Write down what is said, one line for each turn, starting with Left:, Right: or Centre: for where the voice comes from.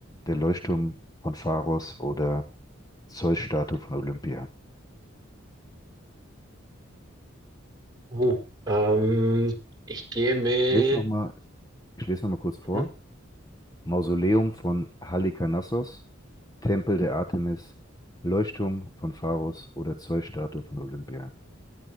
Left: der Leuchtturm von Pharos oder Zeus-Statue von Olympia?
Right: Oh, ähm, ich gehe mit,
Left: Ich lese nochmal, ich lese noch mal kurz vor.
Right: hm,
Left: Mausoleum von Halikarnassos, Tempel der Artemis, Leuchtturm von Pharos oder Zeus-Statue von Olympia.